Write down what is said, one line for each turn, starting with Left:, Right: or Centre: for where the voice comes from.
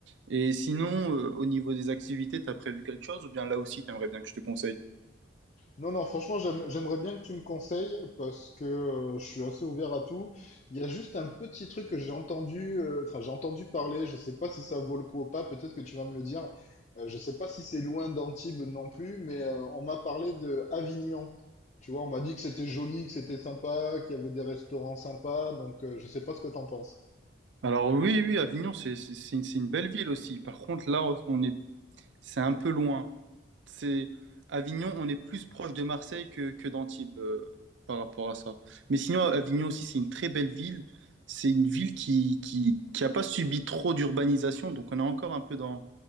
Right: Et sinon, euh, au niveau des activités, t'as prévu quelque chose ou bien là aussi, t'aimerais bien que je te conseille?
Left: Non, non, franchement, j'aime- j'aimerais bien que tu me conseilles parce que euh, je suis assez ouvert à tout. Il y a juste un petit truc que j'ai entendu, euh, enfin, j'ai entendu parler, je sais pas si ça vaut le coup ou pas, peut-être que tu vas me le dire. Euh, je sais pas si c'est loin d'Antibes non plus, mais euh, on m'a parlé de Avignon. Tu vois, on m'a dit que c'était joli, que c'était sympa, qu'il y avait des restaurants sympas, donc euh, je sais pas ce que t'en penses.
Right: Alors oui, oui, Avignon, c'est c'est- c'est une c'est une belle ville aussi. Par contre, là, on est c'est un peu loin. C'est Avignon, on est plus proche de Marseille que, que d'Antibes euh, par rapport à ça. Mais sinon, Avignon aussi, c'est une très belle ville. C'est une ville qui, qui, qui a pas subi trop d'urbanisation, donc on est encore un peu dans,